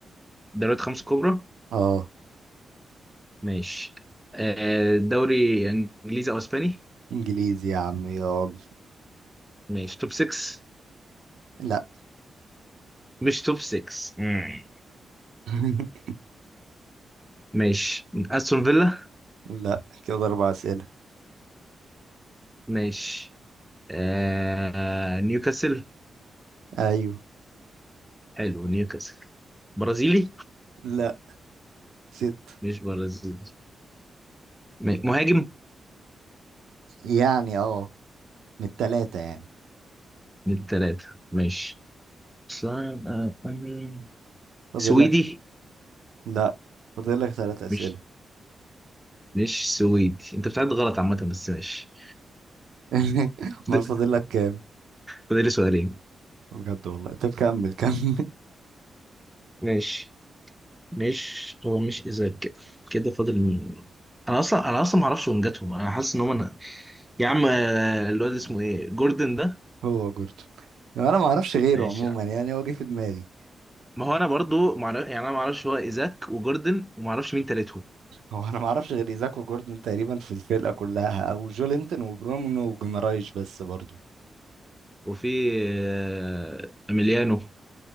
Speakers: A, in the centre; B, on the right.
A: دوريات خمس كبرى
B: اه
A: ماشي آه دوري انجليزي او اسباني
B: انجليزي يا عم يلا
A: ماشي توب 6
B: لا
A: مش توب 6 مم.
B: <laughs>
A: ماشي استون فيلا
B: لا كده أربع أسئلة
A: ماشي آه نيوكاسل
B: أيوه
A: حلو نيوكاسل برازيلي
B: لا ست
A: مش برازيلي م- مهاجم
B: يعني اه من التلاتة يعني
A: من الثلاثة ماشي صعب أوي.
B: فاضلك
A: سويدي
B: لا فاضلك ثلاث أسئلة
A: مش مش سويدي انت بتعد غلط عامة بس ماشي
B: <laughs>
A: فاضل
B: أمال فاضلك كام
A: فاضل لي سؤالين
B: بجد والله طب كمل كمل
A: ماشي مش هو مش اذا كده كده فاضل مين انا اصلا انا اصلا ما اعرفش وين جاتهم انا حاسس ان هم انا يا عم آه، الواد اسمه ايه جوردن ده
B: <laughs> هو جوردن انا ما اعرفش غيره
A: ماشي
B: عموما
A: يا عم
B: يعني هو جه في دماغي
A: ما هو انا برضو ما اعرف يعني انا ما اعرفش هو ايزاك وجوردن وما اعرفش مين تالتهم
B: هو أنا ما أعرفش غير إيزاك وجوردن تقريبا في الفرقة كلها أو جولينتون وبرونو وجيمرايش بس برضو
A: وفي آه، اميليانو